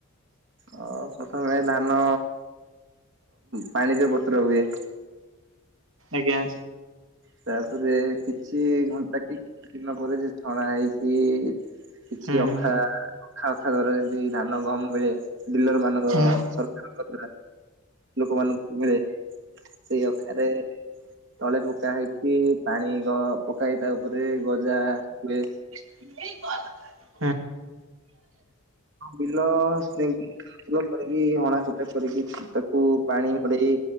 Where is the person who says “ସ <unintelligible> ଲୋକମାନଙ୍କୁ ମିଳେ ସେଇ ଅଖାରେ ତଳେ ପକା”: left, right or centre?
Right